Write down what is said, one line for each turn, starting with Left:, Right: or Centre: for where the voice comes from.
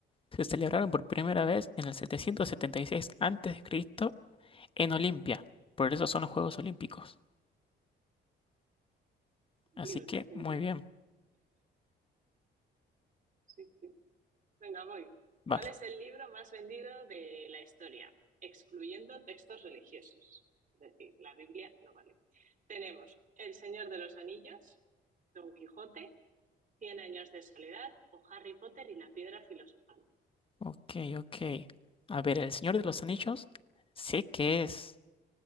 Left: Se celebraron por primera vez en el 776 a.C. en Olimpia. Por eso son los Juegos Olímpicos.
Right: Sentido,
Left: Así que
Right: tiene sentido.
Left: muy bien,
Right: Sí, sí. Venga, voy.
Left: vas.
Right: ¿Cuál es el libro más vendido de la historia? Excluyendo textos religiosos. Es decir, la Biblia no vale. Tenemos El Señor de los Anillos, Don Quijote, Cien años de soledad o Harry Potter y la piedra filosofal.
Left: Ok, ok. A ver, El Señor de los Anillos sé que es